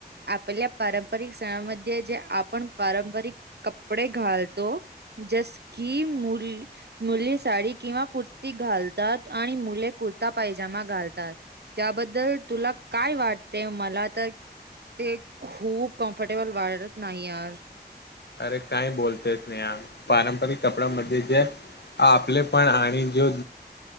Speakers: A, on the right (about 75°); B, on the left (about 80°).
A: आपल्या पारंपरिक सणामध्ये जे आपण पारंपरिक कपडे घालतो. जस की मु मुली साडी किंवा कुर्ती घालतात आणि मुले कुर्ता पैजामा घालतात त्याबद्दल तुला काय वाटते? मला तर ते खूप कम्फर्टेबल वाढत नाही यार.
B: अरे काय बोलते स्नेहा पारंपरिक कपड्यांमध्ये जे आपले पण आणि जो